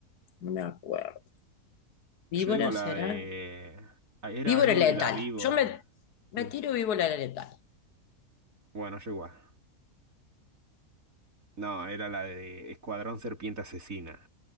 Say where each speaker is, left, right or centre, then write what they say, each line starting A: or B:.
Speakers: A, on the left; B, on the right.
A: no me acuerdo.
B: Yo
A: ¿Víbora
B: digo la
A: será?
B: de... ah, Era
A: Víbora
B: algo
A: letal.
B: de la víbora.
A: Yo me, me
B: Sí.
A: tiro víbora letal.
B: Bueno, yo igual. No, era la de Escuadrón Serpiente Asesina.